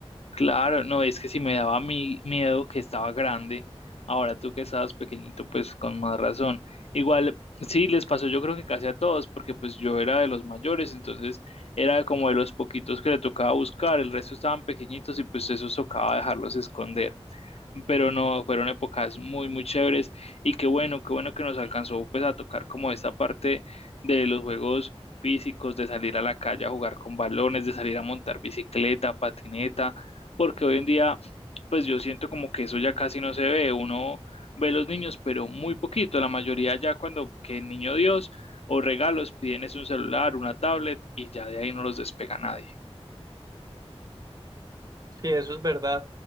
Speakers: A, on the left; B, on the right.
A: Claro, no, es que si me daba mi miedo que estaba grande, ahora tú que estabas pequeñito, pues con más razón. Igual, sí, les pasó yo creo que casi a todos, porque pues yo era de los mayores, entonces era como de los poquitos que le tocaba buscar, el resto estaban pequeñitos y pues eso tocaba dejarlos esconder pero no, fueron épocas muy, muy chéveres y qué bueno, qué bueno que nos alcanzó pues a tocar como esta parte de los juegos físicos, de salir a la calle a jugar con balones, de salir a montar bicicleta, patineta, porque hoy en día pues yo siento como que eso ya casi no se ve, uno ve los niños, pero muy poquito, la mayoría ya cuando que niño Dios o regalos piden es un celular, una tablet y ya de ahí no los despega nadie.
B: Sí, eso es verdad.